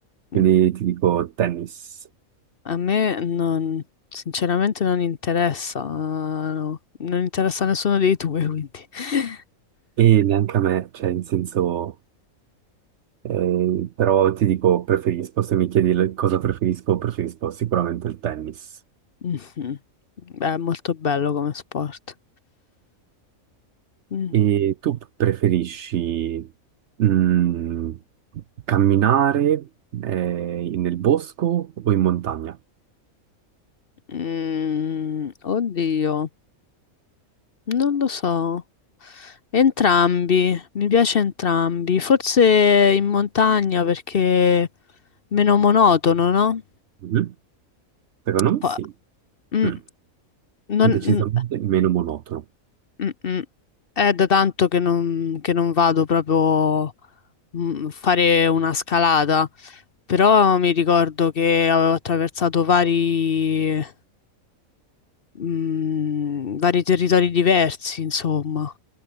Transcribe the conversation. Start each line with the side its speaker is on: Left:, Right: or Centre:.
Right: quindi
Left: mm.
Right: ti dico tennis.
Left: A me non, sinceramente non interessa, no. Non interessa a nessuno dei due, quindi. <laughs>
Right: E neanche a me, cioè, in senso, eh, però ti dico preferisco, se mi chiedi le- cosa preferisco, preferisco sicuramente il tennis.
Left: Mhm. Beh, è molto bello come sport. Mm.
Right: E tu preferisci mm, camminare eh, nel bosco o in montagna?
Left: Mm, oddio. Non lo so. Entrambi, mi piace entrambi. Forse in montagna perché è meno monotono, no?
Right: Mhm. Secondo me
Left: Po-
Right: sì,
Left: mm,
Right: Mm.
Left: non-
Right: Decisamente
Left: mm,
Right: meno monotono.
Left: mm, mm. È da tanto che non, che non vado proprio mm, a fare una scalata, però mi ricordo che avevo attraversato vari, mm, vari territori diversi, insomma.